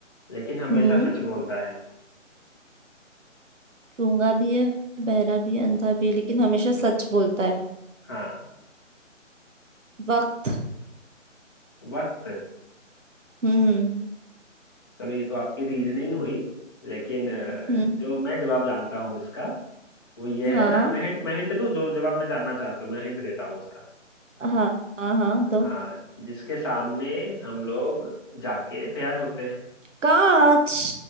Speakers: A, on the left; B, on the right.
A: लेकिन हमेशा
B: हम्म
A: सच बोलता है
B: गूंगा भी है बहरा भी है अंधा भी है लेकिन हमेशा सच बोलता है
A: हाँ
B: वक्त
A: वक्त
B: हम्म
A: चलो ये तो आपकी रीजनिंग हुई लेकिन अ,
B: हम्म
A: जो मैं जवाब जानता हूँ इसका वो ये
B: हाँ
A: है ना मैं हिंट मैं हिंट दूँ जो जवाब मैं जानना चाहता हूँ मैं हिंट देता हूँ उसका
B: हाँ हाँ हाँ दो
A: हाँ जिसके सामने हम लोग जाके तैयार होते हैं
B: कांच